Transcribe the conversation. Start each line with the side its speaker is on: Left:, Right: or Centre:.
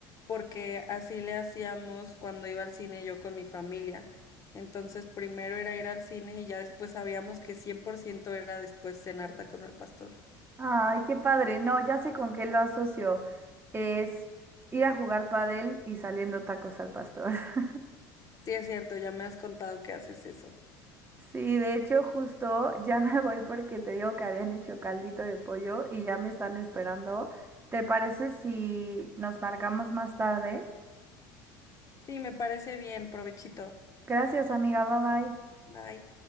Left: porque así le hacíamos cuando iba al cine yo con mi familia. Entonces, primero era ir al cine y ya después sabíamos que 100% era después cenar tacos al pastor.
Right: Ay, qué padre. No, ya sé con qué lo asocio. Es ir a jugar padel y saliendo tacos al pastor. <laughs>
Left: Sí, es cierto, ya me has contado que haces eso.
Right: Sí, de hecho, justo ya <laughs> me voy porque te digo que habían hecho caldito de pollo y ya me están esperando. ¿Te parece si nos marcamos más tarde?
Left: Sí, me parece bien, provechito.
Right: Gracias, amiga. Bye bye.
Left: Bye.